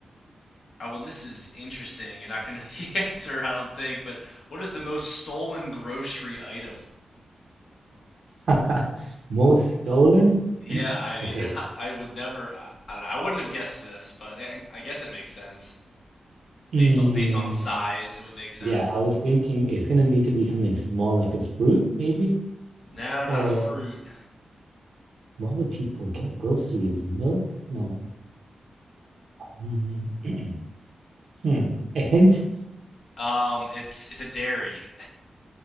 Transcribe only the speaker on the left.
oh, well, this is interesting. You're not going to know <laughs> the answer, I don't think. But what is the most stolen grocery item?
Yeah, I mean,
<laughs> I would never. I, I don't know, I wouldn't have guessed this, but I, I guess it makes sense
based on based on size. It would make sense.
No, not
a fruit.
Um, it's it's a dairy.